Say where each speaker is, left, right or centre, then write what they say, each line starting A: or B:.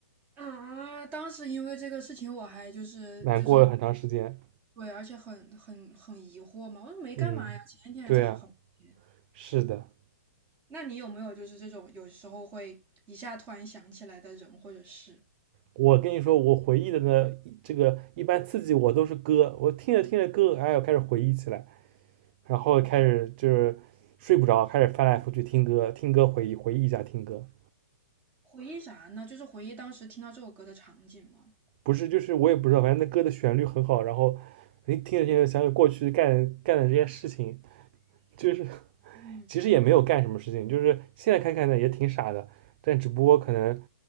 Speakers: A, on the right (about 25°); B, on the right (about 40°).
A: 啊！当时因为这个事情，我还就是就是
B: 难过了很长时间。
A: 对，而且很很很疑惑嘛，我说没干嘛呀，
B: 嗯，
A: 前一天还在好好聊天。
B: 对啊，是的。
A: 那你有没有就是这种有时候会一下突然想起来的人或者事？
B: 我跟你说，我回忆的呢，这个一般刺激我都是歌，我听着听着歌，哎，我开始回忆起来，然后开始就是睡不着，
A: 嗯
B: 开始翻来覆去听歌，听歌回忆回忆一下听歌，
A: 回忆啥呢？就是回忆当时听到这首歌的场景吗？
B: 不是就是我也不知道，反正那歌的旋律很好，然后你听着听着想起过去干干的这些事情，就是
A: 嗯。
B: 其实也没有干什么事情，就是现在看看呢也挺傻的，但只不过可能